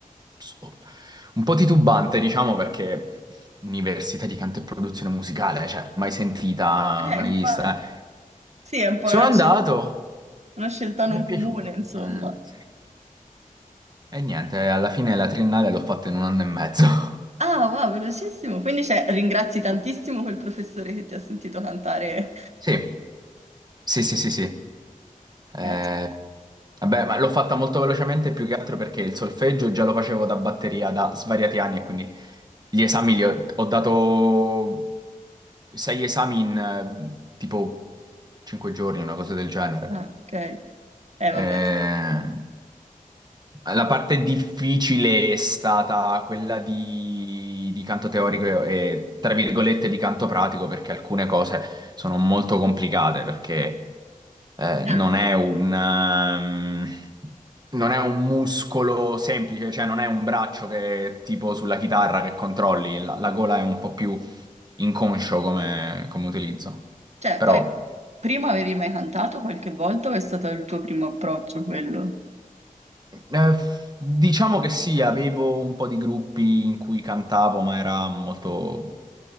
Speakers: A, on the right (about 30°); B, on the right (about 50°).
A: so- un po' titubante, diciamo, perché università di canto e produzione musicale, eh, cioè, mai sentita,
B: eh,
A: mai
B: infatti,
A: vista. eh.
B: sì, è un po'
A: Sono
B: una
A: andato,
B: scelta, una scelta non
A: mi è
B: comune,
A: piaciuto,
B: insomma.
A: eh, sì. E niente, alla fine la triennale l'ho fatta in un anno e mezzo. <laughs>
B: Ah, wow, velocissimo. Quindi, cioè, ringrazi tantissimo quel professore che ti ha sentito cantare.
A: Sì. Sì, sì, sì, sì. Eh,
B: Eh,
A: vabbè, ma l'ho fatta molto velocemente più che altro perché il solfeggio già lo facevo da batteria da svariati anni e quindi gli esami li ho, ho dato sei esami in eh, tipo cinque giorni, una cosa del genere.
B: ah, ok. Eh,
A: Eh,
B: vabbè.
A: la parte difficile è stata quella di, di canto teorico e, tra virgolette, di canto pratico perché alcune cose sono molto complicate perché... eh, non
B: Ah.
A: è un, ehm, non è un muscolo semplice, cioè non è un braccio che tipo sulla chitarra che controlli, la, la gola è un po' più inconscio come, come utilizzo.
B: Cioè,
A: Però
B: poi prima avevi mai cantato qualche volta o è stato il tuo primo approccio quello?
A: eh, diciamo che sì, avevo un po' di gruppi in cui cantavo, ma era molto